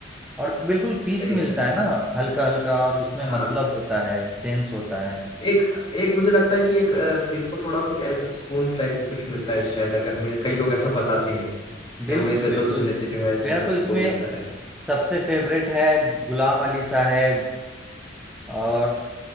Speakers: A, in the centre; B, on the left.
A: और बिल्कुल पीस
B: सही
A: मिलता
B: सही सही।
A: है ना हल्का हल्का और उसमें
B: हाँ
A: मतलब होता है सेंस होता है
B: एक एक मुझे लगता है कि एक अ, दिल को थोड़ा कुछ ऐसे सुकून टाइप भी कुछ मिलता है शायद अगर मुझे कई लोग ऐसा बताते हैं कि
A: बिल्कुल
B: हमें गजल
A: बिल्कुल
B: सुनने से जो है दिल
A: मेरा
B: को
A: तो इसमें
B: सुकून मिलता है
A: सबसे फेवरेट है गुलाम अली साहब और